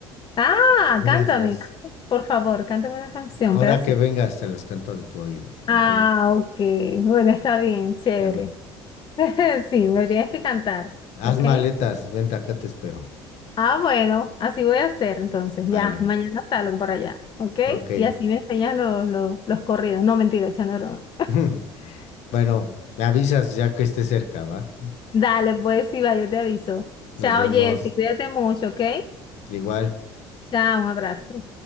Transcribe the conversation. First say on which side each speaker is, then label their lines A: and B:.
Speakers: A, on the left; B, on the left.
A: Ah,
B: unas
A: cántame,
B: dos.
A: cántame, por favor, cántame una canción,
B: Ahora
A: un pedacito.
B: que vengas, te las canto de tu oído, en
A: Ah,
B: tu oído.
A: ok. Bueno, está bien, chévere.
B: Ya no,
A: <laughs> Sí, me
B: pues,
A: tienes que cantar,
B: haz
A: ¿ok?
B: maletas, vente acá, te espero.
A: Ah, bueno, así voy a hacer entonces.
B: Vale,
A: Ya, mañana salgo para allá, ¿ok?
B: ok.
A: Y así me enseñas los, los, los corridos. No, mentira, echando broma.
B: <laughs> Bueno, me avisas ya que esté cerca, ¿va?
A: Dale, pues sí, va, yo te aviso.
B: Nos
A: Chao,
B: vemos
A: Jessy, cuídate mucho, ¿ok?
B: igual.
A: Chao, un abrazo.